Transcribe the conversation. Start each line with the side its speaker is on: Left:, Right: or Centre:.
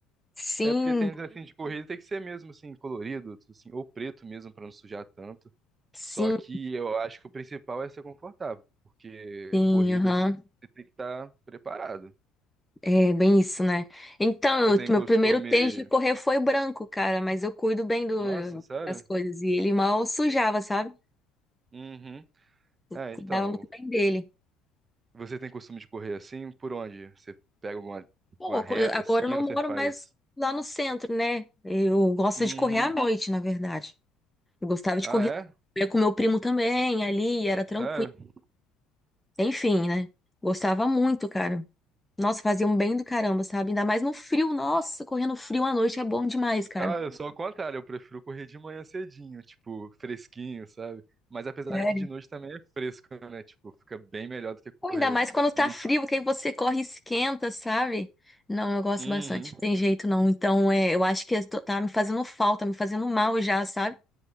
Centre: Sim,
Right: É porque tênis assim de corrida tem que ser mesmo assim colorido, assim, ou preto mesmo para não sujar tanto.
Centre: sim,
Right: Só que eu acho que o principal é ser confortável, porque
Centre: sim,
Right: corridas
Centre: aham.
Right: você tem que estar preparado.
Centre: É bem isso, né? Então,
Right: Você tem
Centre: eu- meu
Right: costume.
Centre: primeiro tênis de correr foi branco, cara, mas eu cuido bem do-
Right: Nossa, sério?
Centre: das coisas. E ele mal sujava, sabe?
Right: Uhum. É,
Centre: Cuidava
Right: então,
Centre: muito bem dele.
Right: você tem costume de correr assim? Por onde? Você pega uma,
Centre: Pô,
Right: uma reta
Centre: co- agora
Right: assim
Centre: eu não
Right: ou
Centre: moro
Right: você faz?
Centre: mais lá no centro, né? Eu gosto
Right: Uhum.
Centre: de correr à noite, na verdade. Eu gostava
Right: Ah,
Centre: de correr.
Right: é?
Centre: Eu ia com meu primo também ali, era tranquilo.
Right: Sério?
Centre: Enfim, né? Gostava muito, cara. Nossa, fazia um bem do caramba, sabe? Ainda mais no frio. Nossa, correndo frio à noite é bom demais, cara.
Right: Ah, eu sou ao contrário, eu prefiro correr de manhã cedinho, tipo, fresquinho, sabe? Mas apesar
Centre: Sério?
Right: que de noite também é fresco, né? Tipo, fica bem melhor do que
Centre: Ou
Right: correr
Centre: ainda mais quando tá
Right: meio.
Centre: frio, que aí você corre e esquenta, sabe? Não, eu gosto
Right: Uhum.
Centre: bastante. Não tem jeito, não. Então, é, eu acho que tô- tá me fazendo falta, me fazendo mal já, sabe?